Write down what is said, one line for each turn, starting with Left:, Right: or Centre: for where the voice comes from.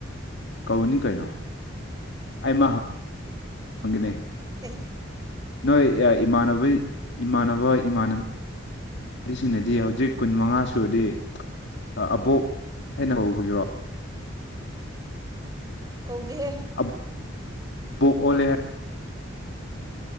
Left: ꯀꯧꯅꯤ ꯀꯩꯅꯣ ꯑꯩꯃ ꯍꯪꯒꯅꯦ
Right: ꯇ <unintelligible>
Left: ꯅꯣꯏ ꯑꯥ ꯏꯃꯥꯟꯅꯕꯩ ꯏꯃꯥꯟꯅꯕ ꯏꯃꯥꯟꯅ ꯕꯤ ꯁꯤꯡꯅꯗꯤ ꯍꯧꯖꯤꯛ ꯀꯨꯟꯃꯉꯥ ꯁꯨꯔꯗꯤ ꯑꯥ ꯑꯕꯣꯛ ꯍꯥꯏꯅ ꯍꯧꯒꯤꯔꯣ
Right: ꯀꯧꯗꯦꯍꯦ
Left: ꯑ ꯕꯣꯛ ꯑꯣꯜꯂꯦ ꯍꯥꯏ